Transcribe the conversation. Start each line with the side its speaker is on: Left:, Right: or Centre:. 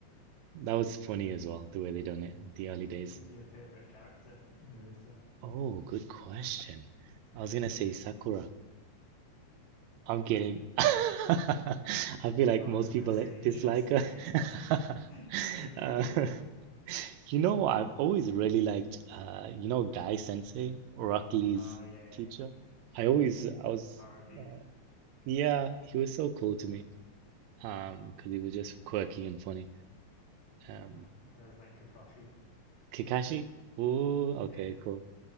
Right: That was funny as well the way they done it in the early days.
Left: Who's your favorite character in Naruto?
Right: Oh, good question. I was gonna say Sakura. I'm kidding. <laughs> I feel like
Left: I was
Right: most
Left: gonna
Right: people
Left: say
Right: like-
Left: interesting,
Right: dislike her. <laughs>
Left: <laughs> unusual.
Right: Uh, <laughs> you know, I've always really liked, uh, you know, Guy Sensei, Rock Lee's
Left: Oh yeah, yeah.
Right: teacher. I always, I was,
Left: The power of youth.
Right: uh, yeah, he was so cool to me. Um, because he was just quirky and funny. Um,
Left: <sighs> I always like Kakashi.
Right: Kakashi, ooh,
Left: Yeah,
Right: okay, cool.